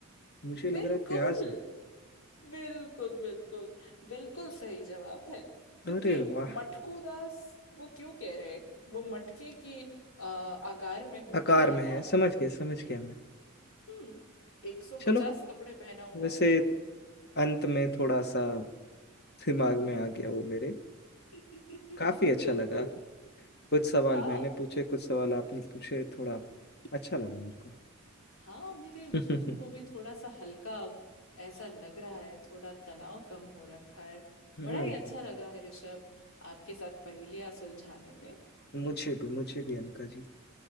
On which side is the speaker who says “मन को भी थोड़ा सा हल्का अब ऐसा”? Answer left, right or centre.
Left